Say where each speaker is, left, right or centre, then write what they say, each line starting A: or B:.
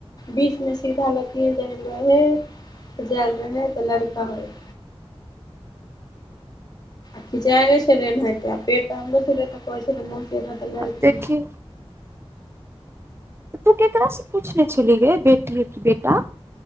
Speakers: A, on the left; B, on the right.
A: बीच में सीधा लकीर रहे <unintelligible> जैल रहे तऽ लड़का होय <unintelligible> छलैन हैं तऽ पेट अंदर छलै तऽ कहय छल म तऽ लड़की
B: आब देखी तू केकरासँ पूछने छलिह गइ बेटी हय कि बेटा